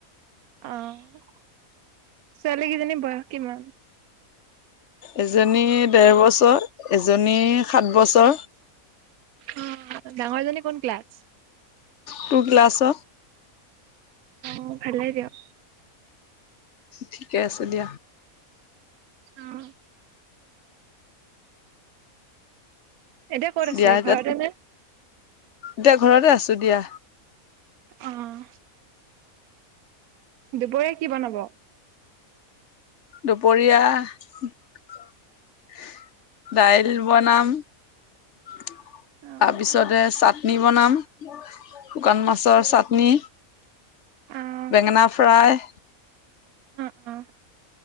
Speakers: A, on the right; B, on the left.
A: আহ ছোৱালীকেইজনানী ব কিমান
B: এজনী ডৰ বছৰ এজনী সাত বছৰ।
A: অ, ডাঙৰজনী কোন ক্লাছ?
B: টু ক্লাছত
A: অ, ভালেই দিয়ক।
B: ঠিকে আছে দিয়া।
A: অহ ', এতিয়া ক'ত আছে
B: দিয়া এতিয়া
A: ঘৰতে নে?
B: এতিয়া ঘৰতে আছো দিয়া।
A: অহ। দুপৰীয়া কি বনাব?
B: দুপৰীয়া দাইল বনাম তাৰপিছতে
A: অ',
B: চাটনি বনাম শুকান মাছৰ চাটনি
A: অ',
B: বেঙেনা ফ্ৰাই
A: অ', অ',